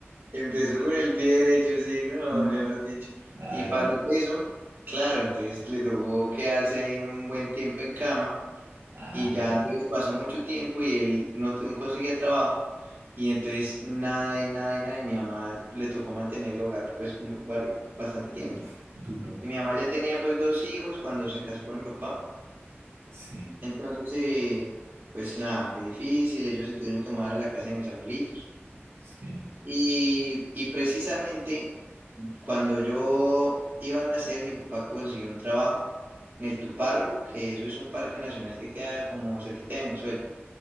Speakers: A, on the right; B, on the right.
A: Empezó con el pie derecho, sí, no,
B: sí.
A: mejor dicho.
B: Ay,
A: Y para repeso, claro, entonces le tocó quedarse ahí un buen tiempo en cama
B: ay,
A: y ya entonces pasó mucho tiempo y él no te- no conseguía trabajo y entonces nada y nada y nada y mi mamá le tocó mantener el hogar pues mu- vari- bastante tiempo.
B: uf, duro.
A: Y mi mamá ya tenía pues dos hijos cuando se casó con mi papá,
B: Sí,
A: entonces eh, pues nada, fue difícil, ellos se tuvieron que mudar a la casa de mis abuelitos.
B: sí.
A: Y, y precisamente Cuando yo iba a nacer, mi papá consiguió un trabajo en el Tuparro, que eso es un parque nacional que queda como cerquita de Venezuela.